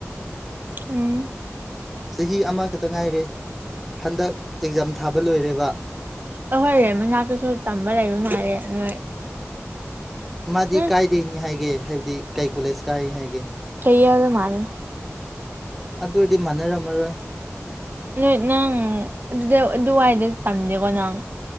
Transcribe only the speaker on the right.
ꯎꯝ
ꯑꯍꯣꯏꯔꯦ ꯃꯅꯥꯛꯇꯨꯁꯨ ꯇꯝꯕ ꯂꯩꯕ ꯃꯥꯜꯂꯦ ꯅꯣꯏ
ꯎꯝ
ꯆꯩꯌꯦꯜꯗ ꯃꯥꯜꯂꯦ
ꯅꯣꯏ ꯅꯪ ꯑꯗꯨꯗ ꯑꯗꯨꯋꯥꯏꯗ ꯇꯝꯗꯦꯀꯣ ꯅꯪ